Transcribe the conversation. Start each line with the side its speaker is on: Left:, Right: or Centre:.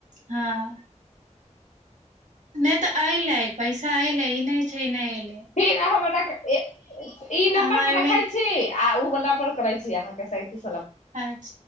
Right: हँ नहि तऽ ऐले पैसा ऐले ई नहि छै नहि ऐले
Left: फिर हम रक ई नम्बर
Right: हमरा
Left: पर
Right: लगलै
Left: रखै छी आ ऊ बला पर करै छी अहाँके सैतिस
Right: अचछ